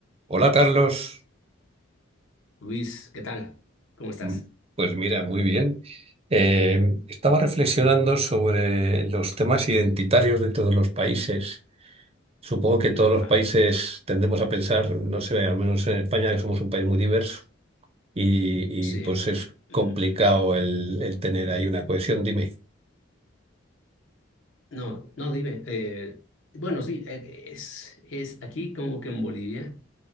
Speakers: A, on the right; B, on the left.
A: Hola Carlos,
B: Luis, ¿qué tal? ¿Cómo estás?
A: Mm, pues mira, muy bien. Eh, estaba reflexionando sobre los temas identitarios de todos los países. Supongo que todos
B: Ah,
A: los países tendemos a pensar, no sé, al menos en España, que somos un país muy diverso y,
B: sí.
A: y, pues es
B: Mm,
A: complicado el, el tener ahí una cohesión, dime.
B: No, no, dime. eh, bueno, sí, eh, es, es aquí como que en Bolivia,